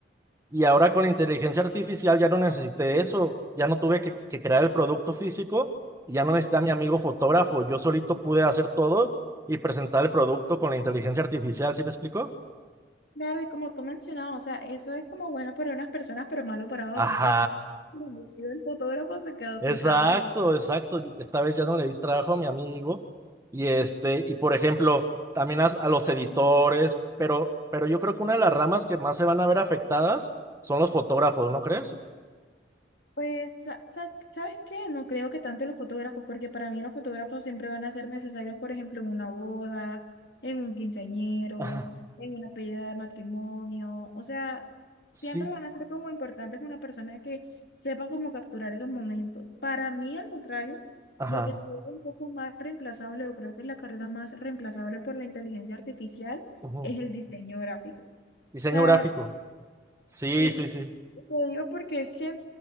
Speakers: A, on the right (about 15°); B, on the left (about 60°).
A: Y ahora con la inteligencia artificial ya no necesité eso, ya no tuve que, que crear el producto físico, ya no necesité a mi amigo fotógrafo, yo solito pude hacer todo y presentar el producto con la inteligencia artificial, ¿sí me explico?
B: Claro, y como tú mencionabas, o sea, eso es como bueno para unas personas, pero malo para otras,
A: Ajá.
B: porque <laughs> el fotógrafo se quedó
A: Exacto,
B: sin trabajo.
A: exacto. Esta vez ya no le di trabajo a mi amigo. Y este, y por ejemplo, también a, a los editores, pero, pero yo creo que una de las ramas que más se van a ver afectadas son los fotógrafos, ¿no crees?
B: Pues, sa- sa- ¿sabes qué? No creo que tanto los fotógrafos, porque para mí los fotógrafos siempre van a ser necesarios, por ejemplo, en una boda, en un quinceañero,
A: Ajá,
B: en una pedida de matrimonio. O sea, siempre
A: sí,
B: van a ser como importantes una persona que sepa cómo capturar esos momentos. Para mí, al contrario,
A: ajá.
B: lo que sí es un poco más reemplazable, yo creo que es la carrera más reemplazable por la inteligencia artificial,
A: ujú.
B: es el diseño gráfico. o
A: Diseño
B: sea
A: gráfico. Sí,
B: Sí,
A: sí,
B: y
A: sí.
B: y te digo porque es que,